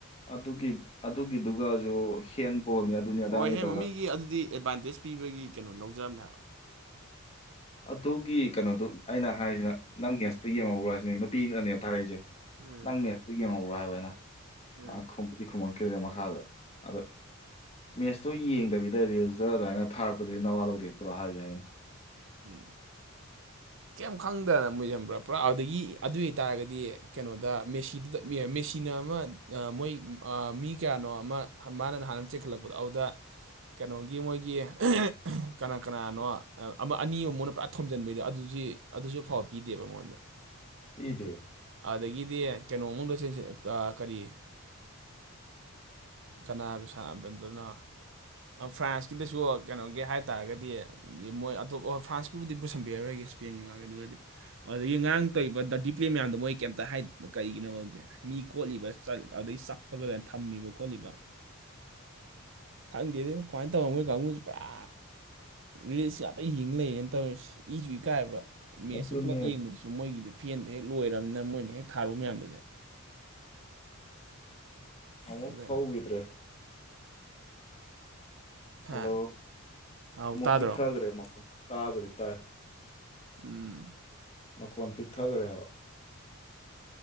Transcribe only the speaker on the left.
ꯑꯗꯨꯒꯤ ꯑꯗꯨꯒꯤꯗꯨꯒꯁꯨ ꯍꯦꯟꯕꯣꯜꯅꯤ ꯑꯗꯨꯅꯤ ꯑꯗꯥꯅꯤ
ꯇꯧꯔꯒ
ꯑꯗꯨꯒꯤ ꯀꯩꯅꯣꯗꯨ ꯑꯩꯅ ꯍꯥꯏꯔꯤꯁꯤꯅ ꯅꯪ ꯅꯦꯁꯇꯨ ꯌꯦꯦꯝ ꯑꯃꯔꯨꯔꯁꯤꯅꯦ ꯅꯨꯄꯤꯅꯅꯦꯕ ꯊꯥꯔꯛꯏꯁꯦ
ꯅꯪ ꯃꯦꯠꯁꯇ ꯌꯦꯡꯍꯧ꯭ꯔꯣ ꯍꯥꯏꯕ ꯑꯅ
ꯃꯥ ꯈꯨꯝꯃꯛꯈꯤꯗ꯭ꯔꯦ ꯃꯈꯥꯗ ꯑꯗ ꯃꯦꯠꯁꯇꯨ ꯌꯦꯡꯗꯕꯤꯗ ꯔꯤꯜꯁꯇ ꯑꯗꯨꯃꯥꯏꯅ ꯊꯥꯔꯛꯄ ꯅ ꯋꯥ ꯂꯧꯗꯤꯠꯇ꯭ꯔ ꯍꯥꯏ ꯌꯥꯌꯦ
<inaudible> <inaudible>
ꯏꯗ
ꯑꯗꯨꯅꯦ
ꯑꯃꯨꯛ
ꯍꯧꯈꯤꯗ꯭ꯔꯦ ꯍꯜꯂꯣ
ꯑꯃꯨꯛ
ꯇꯤꯛꯊꯈ꯭ꯔꯦ ꯑꯃꯨꯛꯀꯣ ꯇꯥꯕꯗꯤ ꯇꯥꯏ
ꯃꯈꯣꯟ ꯄꯤꯛꯊꯈ꯭ꯔꯦꯕ